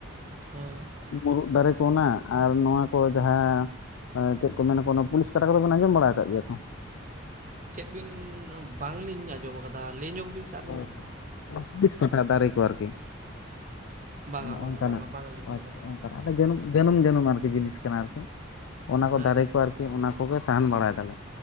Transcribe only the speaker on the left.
ᱢᱩᱨᱩᱫ ᱫᱟᱨᱮ ᱠᱚ ᱚᱱᱟ ᱟᱨ ᱱᱚᱣᱟ ᱠᱚ ᱡᱟᱦᱟᱸ ᱪᱮᱫ ᱠᱚ ᱢᱮᱱᱟ ᱠᱚ ᱚᱱᱟ ᱯᱩᱞᱤᱥ ᱠᱟᱴᱟ ᱠᱚᱫᱚ ᱵᱮᱱ ᱟᱸᱡᱚᱢ ᱵᱟᱲᱟ ᱟᱠᱟᱫ ᱜᱮᱭᱟ ᱛᱚ?
ᱚ
ᱦᱚᱸ ᱯᱩᱞᱤᱥ ᱠᱟᱴᱟ ᱫᱟᱨᱮ ᱠᱚ ᱟᱨᱠᱤ᱾
ᱢᱟᱱᱮ
ᱚᱱᱠᱟ
ᱱᱟᱜ
ᱟᱪᱪᱷᱟ
ᱚᱱᱠᱟ ᱱᱟᱜ᱾ ᱛᱟᱦᱞᱮ ᱡᱟᱹᱱᱩ ᱡᱟᱹᱱᱩᱢ ᱡᱟᱹᱱᱩᱢ ᱟᱨᱠᱤ ᱡᱤᱱᱤᱥ ᱠᱟᱱᱟ ᱟᱨᱠᱤ ᱚᱱᱟ ᱠᱚ
ᱫᱟᱨᱮ ᱠᱚ ᱟᱨ- ᱠᱤ ᱚᱱᱟ ᱠᱚᱜᱮ ᱥᱟᱦᱟᱱ ᱵᱟᱲᱟᱭ ᱫᱟᱞᱮ